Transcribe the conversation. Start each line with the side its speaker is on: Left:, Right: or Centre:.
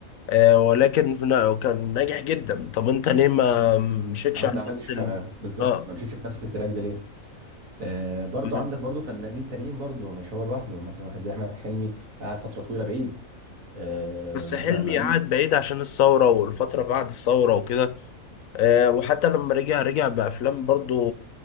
Left: آه ولكن في نا- كان ناجح جدا طب انت ليه ما مشيتش
Right: ما عمل-
Left: على
Right: ما عملتش
Left: نفس ال-
Right: آه، بالظبط
Left: اه
Right: ما مشيتش في نفس التراك ده ليه آه برضو
Left: م.
Right: عندك برضو فنانين تانيين برضو مش هو لوحده مثلا واحد زي احمد حلمي قعد فتره طويله بعيد آه
Left: بس
Right: مثلا
Left: حلمي
Right: مع ان
Left: قعد بعيد عشان الثورة والفترة بعد الثورة وكده آه، وحتى لما رجع رجع بأفلام برضو